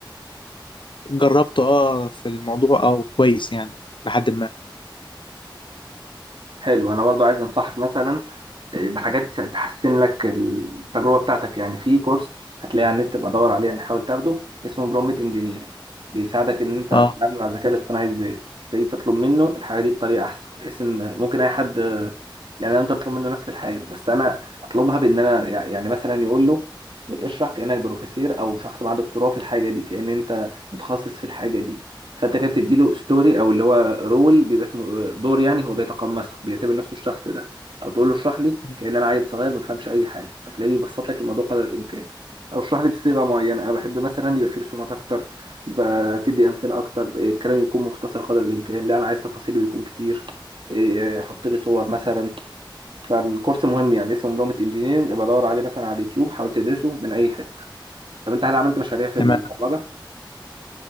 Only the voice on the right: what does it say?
حلو أنا برضو عايز أنصحك مثلا آه، بحاجات تحسن لك التجربة بتاعتك يعني في كورس هتلاقيه على النت تبقى دور عليه يعني حاول تاخده اسمه برومبت انجينيرنج بيساعدك ان انت
تتعامل مع الذكاء الاصطناعي ازاي تبتدي تطلب منه الحاجة دي بطريقة احسن بحيث ان ممكن اي حد يعني انا ممكن اطلب منه نفس الحاجة بس انا اطلبها بان انا يعني مثلا يقول له اشرح كأنك بروفيسير او شخص معاه دكتوراه في الحاجة دي كأن انت متخصص في الحاجة دي فانت كده بتديله ستوري او اللي هو رول بيبقى اسمه آه، دور يعني هو بيتقمصه بيعتبر نفسه الشخص ده او تقول له اشرح لي
كأن انا عيل صغير ما بفهمش اي حاجه هتلاقيه بيبسط لك الموضوع قدر الامكان او اشرح لي بصيغه معينه انا بحب مثلا يبقى فيه رسومات اكتر يبقى تدي امثله اكتر إيه، الكلام يكون مختصر قدر الامكان لا انا عايز تفاصيله يكون كتير إيه، حط لي صور مثلا فالكورس مهم يعني اسمه مرومت انجينيرنج ابقى دور عليه مثلا على اليوتيوب حاول تدرسه من اي حته طب انت هل عملت مشاريع في
البرمجه